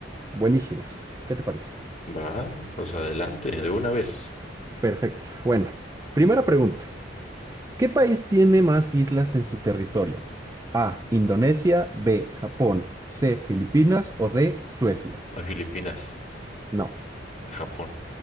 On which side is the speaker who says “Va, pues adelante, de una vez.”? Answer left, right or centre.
Left